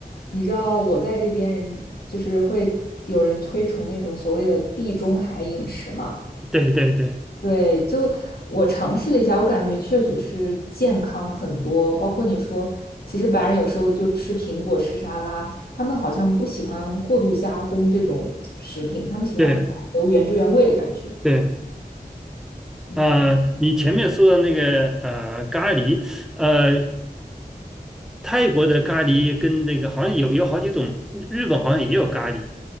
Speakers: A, on the left (about 70°); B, in the centre.
A: 你知道我在这边人就是会有人推崇那种所谓的地中海饮食嘛。
B: 对对对
A: 对，就我尝试了一下，我感觉确实是健康很多。包括你说，其实白人有时候就吃苹果、吃沙拉，他们好像不喜欢过度加工这种食品，他们喜欢保留原汁原味的感觉。
B: 对对，
A: 嗯。
B: 呃，你前面说的那个呃咖喱，呃，泰国的咖喱跟这个好像有有好几种，日本好像也有咖喱，